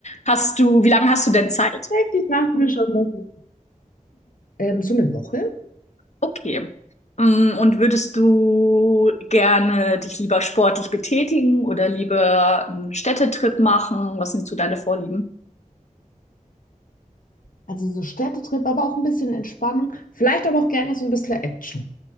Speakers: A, on the left; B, on the left.
A: Hast du, wie lange hast du denn Zeit?
B: Ich dachte mir schon, dass- Ähm, so eine Woche,
A: Okay. Mm, Und würdest du gerne dich lieber sportlich betätigen oder lieber einen Städtetrip machen? Was sind so deine Vorlieben?
B: also so Städtetrip, aber auch ein bisschen Entspannung, vielleicht aber auch gerne so ein bisschen Action.